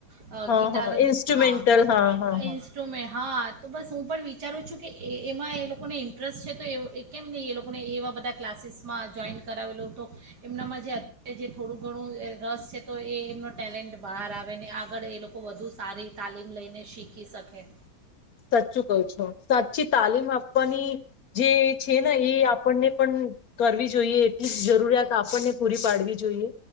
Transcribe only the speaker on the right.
અ
ગિટાર,
હા
ઇન્સ્ટ્રુમેન્ટ,
હા. તો બસ હું પણ વિ વિચારું છું કે એ એમાં એ લોકોને ઇન્ટરેસ્ટ છે તો એ કેમ નહીં એ લોકોને એવા બધા ક્લાસીસમાં જોઈન કરાવેલો તો, એમનામાં જે અત્યારે જે થોડું ઘણું રસ છે તો એ એમનો ટેલેન્ટ બહાર આવે ને આ આગળ એ લોકો વધુ સારી તાલીમ લઈને શીખી શકે.